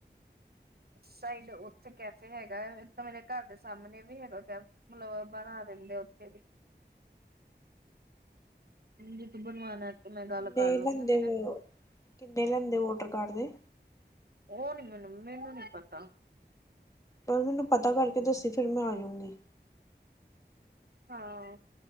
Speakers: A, on the left; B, on the right.
A: <inaudible> <unintelligible>
B: ਸਾਈਡ ਉੱਥੇ ਕੈਫੇ ਹੈਗਾ ਇੱਕ ਮੇਰੇ ਘਰ ਦੇ ਸਾਹਮਣੇ ਵੀ ਹੈਗਾ ਕ ਮਤਲਬ ਬਣਾ ਦਿੰਦੇ <inaudible> ਵੀ ਜੇ ਤੂੰ ਬਣਵਾਣਾ ਤੇ ਮੈਂ ਗੱਲ
A: ਨੇ
B: ਕਰ ਲੂੰਗੀ
A: ਲਦੇ
B: ਮੇਰੇ
A: ਵ <unintelligible> ਕਿੰਨੇ ਲੈਂਦੇ ਵੋਟਰ ਕਾਰਡ ਦੇ
B: ਉਹ ਨੀ ਮੈਨੂੰ-ਮੈਨੂੰ ਨੀ ਪਤਾ
A: ਚਲ ਮੈਨੂੰ ਪਤਾ ਘਰ ਕੇ ਦੱਸੀ ਫਿਰ ਮੈਂ ਆਜਊਗੀ।
B: ਹਾਂ